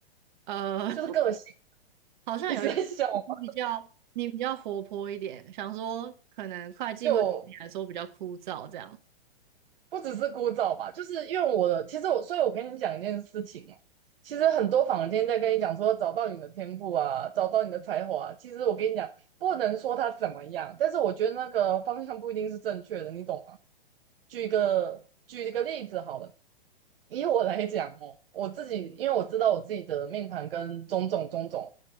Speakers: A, on the right; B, on the right.
A: 呃，
B: 就是个性。
A: <laughs> 好像有一
B: 你是在笑吗？
A: 你比较你比较活泼一点，想说可能会计会对你来说比较枯燥这样。
B: 就不只是枯燥吧，就是因为我的，其实我，所以我跟你讲一件事情哦，其实很多坊间在跟你讲说找到你的天赋啊，找到你的才华啊其实我跟你讲，不能说他怎么样，但是我觉得那个方向不一定是正确的，你懂吗？举一个举一个例子好了，以我来讲哦，我自己因为我知道我自己的命盘跟种种种种